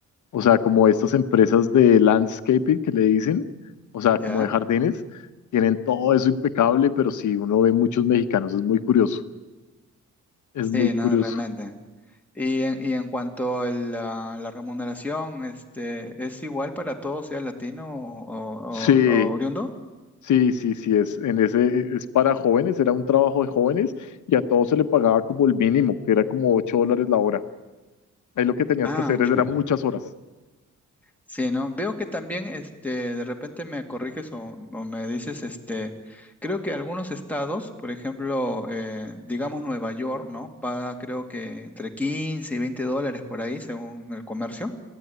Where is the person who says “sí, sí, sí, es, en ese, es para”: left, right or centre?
Left